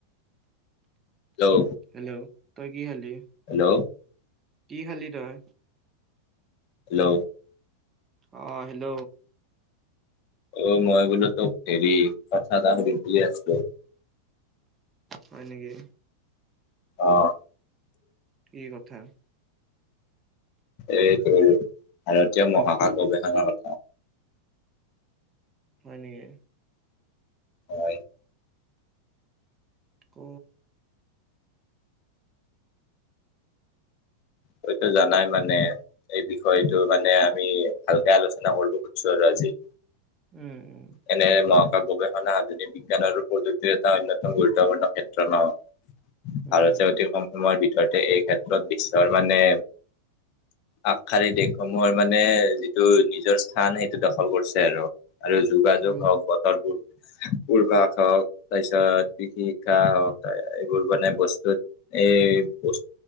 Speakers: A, on the left; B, on the right.
A: হেল্ল
B: হেল্ল' তই কি খালি?
A: হেল্ল'
B: কি খালি তই?
A: হেল্ল'
B: অ', হেল্ল'।
A: অ', মই বোলো তোক হেৰি কথা এটা শুধিম বুলি আছিলো।
B: হয় নেকি।
A: অ'।
B: কি কথা।
A: এই তোৰ ভাৰতীয় মহাকাশ গৱেষণাৰ কথা।
B: হয় নেকি।
A: হয়।
B: ক।
A: তইটো জানাই মানে এই বিষয়টো মানে আমি ভালকে আলোচনা কৰিব খুজিছো আৰু আজি।
B: উম, উম।
A: এনে মহাকাশ গৱেষণা যদি বিজ্ঞান আৰু প্ৰযুক্তিৰ এটা অন্যতম গুৰুত্বপূৰ্ণ ক্ষেত্ৰ ন।
B: উম
A: ভাৰতে অতি কম সময়ৰ ভিতৰতে এই ক্ষেত্ৰত বিশ্বৰ মানে আগশাৰী দেশসমূহৰ মানে যিটো নিজৰ স্থান সেইটো দখল কৰিছে আৰু। আৰু যোগাযোগ
B: উম
A: হওঁক বতৰবোৰ দূৰভাষ হওঁক তাৰপিছত <unintelligible> হওঁক এইবোৰ মানে বস্তুত এই বছ